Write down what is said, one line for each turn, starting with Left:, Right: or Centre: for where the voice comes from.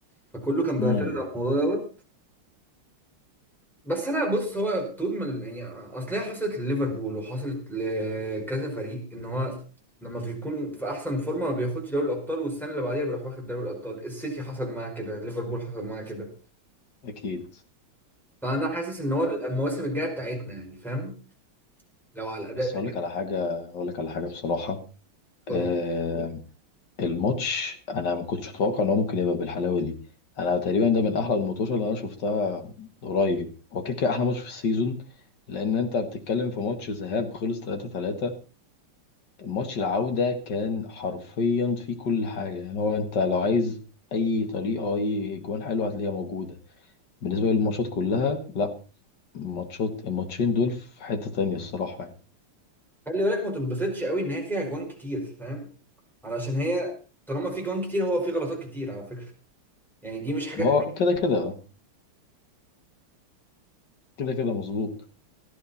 Centre: فكله كان
Left: امم
Centre: بيعترض على الموضوع دوت بس انا بص هو طول ما ال- يعني اصل هي حصلت لليفربول وحصلت لكذا فريق ان هو لما بيكون في احسن فورمه ما بياخدش دوري الابطال والسنه اللي بعديها بيروح واخد دوري الابطال السيتي حصل معاه كده ليفربول حصل معاه كده
Left: اكيد
Centre: فانا حاسس ان هو المواسم الجايه بتاعتنا يعني فاهم لو على الاداء
Left: بس
Centre: ده
Left: اقول
Centre: كده
Left: لك على حاجه اقول لك على حاجه بصراحه
Centre: قول
Left: آه الماتش انا ما كنتش متوقع ان هو ممكن يبقى بالحلاوه دي انا تقريبا ده من احلى الماتشات اللي انا شفتها قريب هو كده كده احلى ماتش في السيزون لان انت بتتكلم في ماتش ذهاب خلص 3-3 ماتش العودة كان حرفيا فيه كل حاجة يعني هو انت لو عايز اي طريقة اي جوان حلوة هتلاقيها موجودة بالنسبة للماتشات كلها لا ماتشات الماتشين دول في حتة تانية الصراحة يعني
Centre: خلي بالك ما تنبسطش قوي ان هي فيها جوان كتير فاهم علشان هي طالما في جوان كتير هو في غلطات كتير على فكره يعني دي مش حاجات
Left: ما هو كده كده كده كده مظبوط